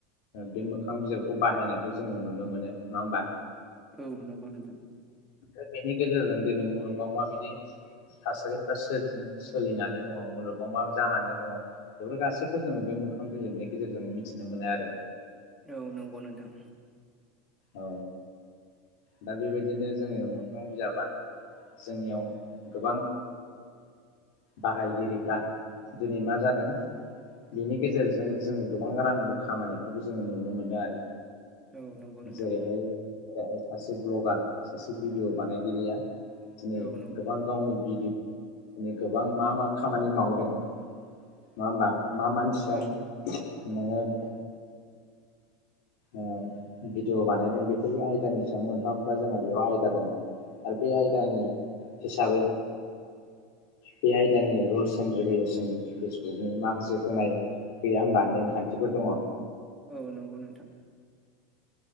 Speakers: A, on the left (about 60°); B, in the centre.
A: बे मोखां बिजाबखौ बाहायनायखौ जोङो नुनो मोनो नङा होमबा?
B: औ नंगौ नोंथां।
A: दा बेनि गेजेरजों दिनै मुलुगाव माबायदि थासारिफ्रा सोरजि सोलिनानै दङ मुलुगाव मा जानानै दङ बेफोर गासैखौबो जोङो बे मोखां बिजाबनि गेजेरजों मिथिनो मोनो आरो।
B: औ नंगौ नोंथां।
A: औ दा बेबायदिनो जोङो मोखां बिजाबा जोंनियाव गोबां बाहायगिरिफ्रा दिनै मा जादों बेनि गेजेरजों जोङो गोबां रांबो खामायनायखौबो जोङो नुनो मोनदों आरो।
B: औ नंगौ नोंथां
A: जेरैहाय जेरैहाय सासे भ्लगार सासे भिडिय' बानायगिरिया दिनै
B: औ नंगौ
A: गोबां गावनि भिडि माने गोबां मा मा खामानि मावदों नङा होमबा मा मानसियाम
B: औ
A: <inaudible> ओ भिडिअ' बानायदों बेफोर आयदानि सायाव मोनफा मोनफा जोंहा बेयाव आयदा दङ आरो बे आयदानि हिसाबै बे आयदानि रुल्स एन्ड रेगुलेसन फेसबुकनि माखासे होनाय गैया होमबा नेमखान्थिफोर दङ।
B: औ नंगौ नोंथां